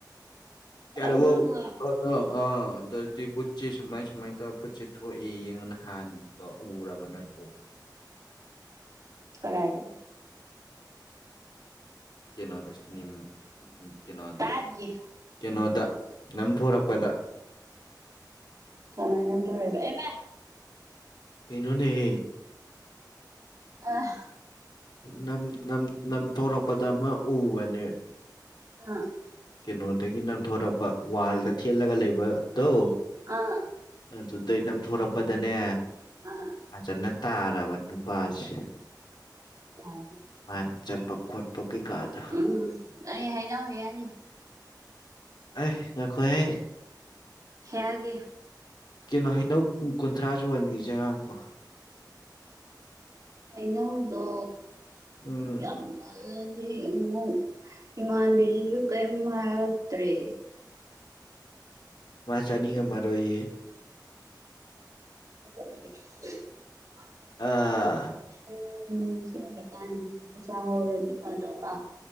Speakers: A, on the left; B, on the right.
A: ꯌꯔꯕꯣ
B: ꯑꯗꯨꯒ
A: ꯄꯣꯠꯇꯣ ꯑꯥ ꯑꯗꯨꯗꯤ ꯕꯨꯠꯁꯦ ꯁꯨꯃꯥꯏ ꯁꯨꯃꯥꯏꯅ ꯇꯧꯔ ꯕꯨꯠꯁꯦ ꯊꯣꯛꯏ ꯌꯦꯡꯉꯅꯍꯥꯟꯒꯤꯗꯣ ꯎꯔꯕ ꯅꯠꯇ꯭ꯔꯣ <inaudible>
B: ꯀꯔꯥꯏꯗ
A: ꯀꯩꯅꯣꯗ ꯅꯤꯝ ꯀꯩꯅꯣꯗ
B: ꯇꯥꯗꯤꯌꯦ
A: ꯀꯩꯅꯣꯗ ꯅꯝꯊꯣꯔꯛꯄꯗ
B: ꯀꯃꯥꯏꯅ ꯅꯝꯊꯣꯔꯛꯏꯕꯥ ꯑꯩꯃꯥ
A: ꯀꯩꯅꯣꯅꯥꯍꯦ
B: ꯑꯥ
A: ꯅꯝ ꯅꯝ ꯅꯝꯊꯣꯔꯛꯄꯗ ꯑꯃ ꯎꯕꯅꯦ
B: ꯑꯥ
A: ꯀꯩꯅꯣꯗꯒꯤ ꯅꯝꯊꯣꯔꯛꯄ ꯋꯥꯜꯗ ꯊꯦꯠꯂꯒ ꯂꯩꯕꯗꯣ ꯑꯗꯨ
B: ꯑꯥ
A: ꯑꯗꯨꯗꯩ ꯅꯝꯊꯣꯔꯛꯄꯗꯅꯦ
B: ꯑꯥ
A: ꯐꯖꯟꯅ ꯇꯥꯔꯕ ꯅꯨꯄꯥꯁꯦ
B: ꯑ
A: ꯃꯥꯅ ꯆꯠꯄꯛ ꯈꯣꯠꯄ ꯀꯩꯀꯥꯗꯣ
B: ꯎꯝ ꯑꯩ ꯍꯩꯅꯧ ꯍꯦꯛꯑꯅꯤ
A: ꯑꯩ ꯉꯥꯏꯈꯣꯍꯩ
B: ꯍꯦꯛ ꯑꯒꯦ
A: ꯀꯦꯅꯣ ꯍꯩꯅꯧ ꯀꯨꯟꯊ꯭ꯔꯥ ꯁꯨꯨꯍꯟꯒꯤꯁꯦ ꯉꯥꯈꯣ
B: ꯍꯩꯅꯧꯗꯣ
A: ꯎꯝ
B: ꯌꯥꯝ ꯑꯗꯨꯗꯤ ꯑꯃꯨꯛ ꯏꯃꯥꯟꯕꯤꯁꯤꯁꯨ ꯀꯔꯤꯝ ꯍꯥꯏꯔꯛꯇ꯭ꯔꯦ
A: ꯃꯥ ꯆꯥꯅꯤꯡꯉꯝꯃꯔꯣꯏꯌꯦ
B: <inaudible>
A: ꯑꯥ
B: ꯎꯝ ꯁꯤꯟꯗꯔ꯭ꯤꯀꯥꯟꯁꯤꯗ ꯆꯥꯍꯧꯔꯗꯤ ꯐꯥꯗꯧꯕ